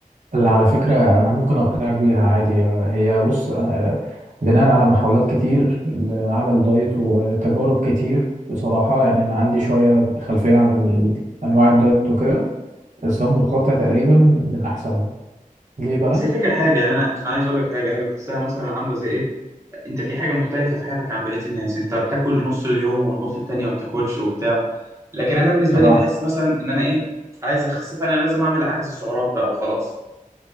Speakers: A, on the right; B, on the right.
A: اللي على فكرة أنا ممكن أقنعك بيها عادي هي بص آه، بناء على محاولات كتير لعمل دايت وتجارب كتير بصراحة يعني أنا عندي شوية خلفية عن ال- أنواع الدايت وكده الصيام المتقطع تقريبا من أحسنهم ليه بقى؟
B: بس الفكره حاجه يعني انا عايز اقول لك حاجه انا بحسها مثلا عامله زي ايه انت في حاجه مختلفه في حياتك عن بقيه الناس انت بتاكل نص اليوم والنص التاني ما بتاكلش وبتاع لكن انا بالنسبه
A: اه
B: لي بحس مثلا ان انا ايه عايز اخس فانا لازم اعمل عجز سعرات بقى وخلاص